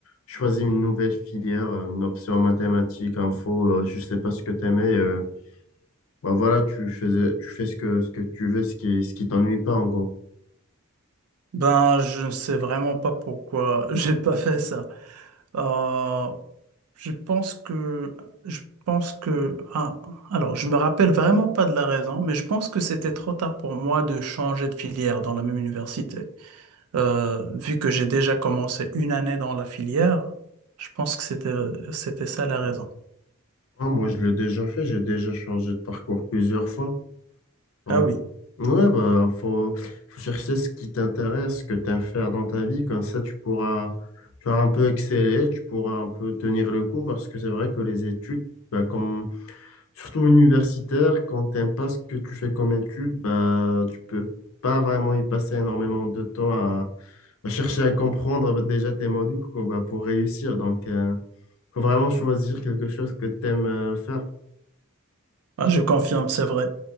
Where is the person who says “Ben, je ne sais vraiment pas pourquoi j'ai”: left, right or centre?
Right